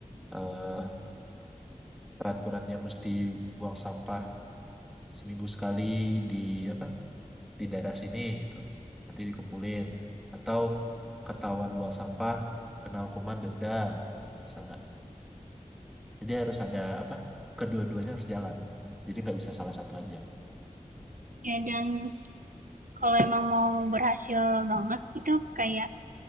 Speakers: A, in the centre; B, on the right.
A: eh, peraturannya mesti buang sampah seminggu sekali di apa di daerah sini gitu nanti dikumpulin atau ketahuan buang sampah kena hukuman denda misalkan jadi harus ada apa kedua-duanya harus jalan jadi nggak bisa salah satu aja
B: ya dan kalau emang mau berhasil banget itu kayak